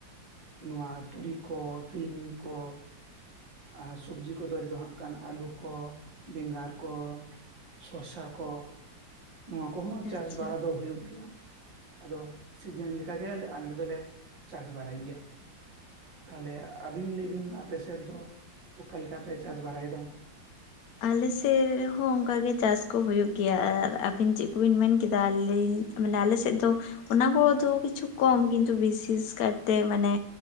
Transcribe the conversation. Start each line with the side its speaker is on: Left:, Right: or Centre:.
Right: ᱱᱚᱣᱟ ᱛᱩᱲᱤ ᱠᱚ, ᱛᱤᱞᱢᱤᱧ ᱠᱚ, ᱟᱨ ᱥᱚᱵᱽᱡᱤ ᱠᱚᱫᱚ ᱟᱹᱨᱤᱫᱚ ᱟᱹᱞᱩ ᱠᱚ, ᱵᱮᱸᱜᱟᱲ ᱠᱚ, ᱥᱚᱥᱟ ᱠᱚ, ᱱᱚᱣᱟ ᱠᱚᱦᱚᱸ ᱪᱟᱥ
Left: ᱟᱪᱪᱷᱟ
Right: ᱵᱟᱲᱟ ᱫᱚ ᱦᱩᱭᱩᱜ ᱜᱮᱭᱟ ᱾ ᱟᱫᱚ ᱥᱤᱡᱮᱱ ᱞᱮᱠᱟ ᱜᱮ ᱟᱞᱮ ᱫᱚᱞᱮ ᱪᱟᱥ ᱵᱟᱲᱟᱭ ᱜᱮᱭᱟ ᱾ ᱛᱟᱦᱚᱞᱮ ᱟᱵᱤᱱ ᱞᱟᱹᱭ ᱟᱯᱮ ᱥᱮᱫ ᱫᱚ ᱚᱠᱟ ᱞᱮᱠᱟ ᱯᱮ ᱪᱟᱥ ᱵᱟᱲᱟᱭ ᱮᱫᱟ?
Left: ᱟᱞᱮ ᱥᱮᱫ ᱨᱮᱦᱚᱸ ᱚᱱᱠᱟᱜᱮ ᱪᱟᱥ ᱠᱚ ᱦᱩᱭᱩᱜ ᱜᱮᱭᱟ ᱟᱨ ᱟᱹᱵᱤᱱ ᱪᱮᱫ ᱠᱚᱵᱤᱱ ᱢᱮᱱ ᱠᱮᱫᱟ ᱟᱹᱞᱤᱧ ᱢᱟᱱᱮ ᱟᱞᱮᱥᱮᱫ ᱫᱚ ᱚᱱᱟ ᱠᱚᱫᱚ ᱠᱤᱪᱷᱩ ᱠᱚᱢ ᱠᱤᱱᱛᱩ ᱵᱤᱥᱮᱥ ᱠᱟᱨᱛᱮ ᱢᱟᱱᱮ,